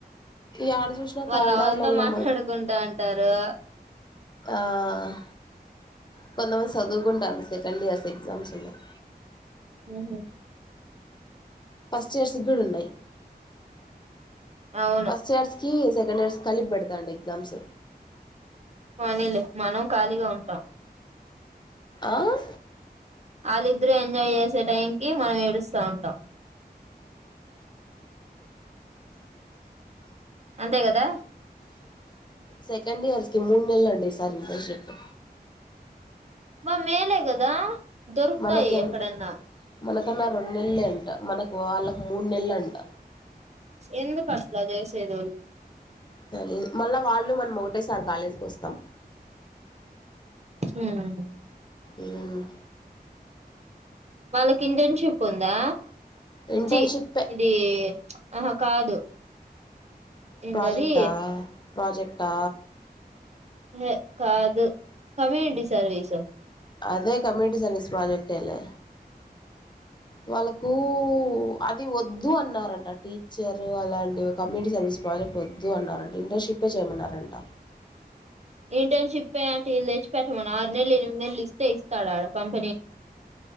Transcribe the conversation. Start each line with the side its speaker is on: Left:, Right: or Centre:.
Left: యాడ చూసినా
Right: వాళ్ళు
Left: కారిడార్లలో
Right: లవర్ తో మాట్లాడుకుంటా ఉంటరూ.
Left: ఆహ్. కొంతమంది సదువుకుంటాడ్రు సెకండ్ ఇయర్స్ ఎగ్జామ్స్ ఉన్నాయ్.
Right: ఉమ్.
Left: ఫస్ట్ ఇయర్స్ కూడా ఉన్నాయి
Right: అవును
Left: ఫస్ట్ ఇయర్స్. కీ సెకండ్ ఇయర్స్ కలిపెడతాండు ఎగ్జామ్స్.
Right: పోనీలే మనం ఖాళీగా ఉంటాం.
Left: ఆహ్.
Right: వాలిద్దరు ఎంజాయ్ చేసే టైముకి మనం ఏడుస్తా ఉంటాం. అంతే కదా.
Left: సెకండ్ ఇయర్స్ కి మూడ్ నెల్లండి ఈ సారీ ఇంటర్న్షిపు.
Right: మారి మేలే కదా. దొరుకుతాయి
Left: మనకేన్
Right: ఎక్కడన్నా
Left: మనకన్నా రెండ్ నెల్లెంట. మనకు వాళ్ళకు మూడు నెల్లంట.
Right: అందుకు అట్లా చేసేది.
Left: తెలీద్ మళ్ళా వాళ్ళు మనం ఒకటేసారి కాలేజీకొస్తాం.
Right: ఉమ్.
Left: ఉమ్.
Right: వాళ్ళకింటేర్న్షిపుందా
Left: ఇంటర్న్షిప్
Right: చీ ఇదీ. ఆహ కాదు. ఏందది
Left: ప్రాజెక్టా ప్రాజెక్టా.
Right: ఏ కాదు కమ్యూనిటీ సర్వీసు.
Left: అదే కమ్యూనిటీ సర్వీస్ ప్రాజెక్ట్ లేే. వాళ్ళకూ అది ఓద్దు అన్నారంట టీచర్ అలాంటి కమ్యూనిటీ సర్వీస్ ప్ర. వొద్దు అన్నారంట ఇంటర్న్షిపే చేయమన్నారంట.
Right: ఇంటర్న్షిపే అంటే ఈయని తెచ్చి పెట్టమను ఆరు నెలలు ఎనిమిది నెలలు ఇస్తే ఇస్తాడాడు కంప్.